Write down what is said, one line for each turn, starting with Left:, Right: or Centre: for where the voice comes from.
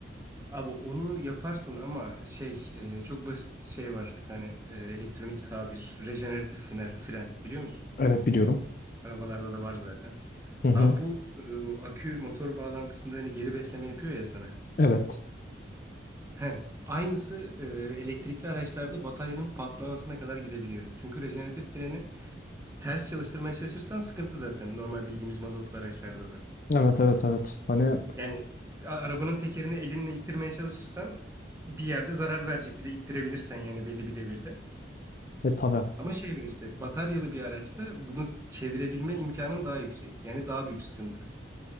Right: Abi onu yaparsın ama şey e, çok basit şey var bir tane e, elektronik tabir. Rejeneratif fren, fren biliyor musun?
Left: Evet biliyorum.
Right: Arabalarda da var zaten.
Left: Hı hı.
Right: Abi bu e, akü motor bağlantısında hani geri besleme yapıyor ya sana.
Left: Evet.
Right: He. Aynısı e, elektrikli araçlarda bataryanın patlamasına kadar gidebiliyor. Çünkü rejeneratif freni ters çalıştırmaya çalışırsan sıkıntı zaten normal bildiğimiz mazotlu araçlarda da.
Left: Evet evet evet. Hani
Right: Yani a- arabanın tekerini elinle ittirmeye çalışırsan bir yerde zarar verecek. Bir de ittirebilirsen yani belli bir devirde.
Left: e tabii.
Right: Ama şey var işte bataryalı bir araçta bunu çevirebilme imkanın daha yüksek. Yani daha büyük sıkıntı.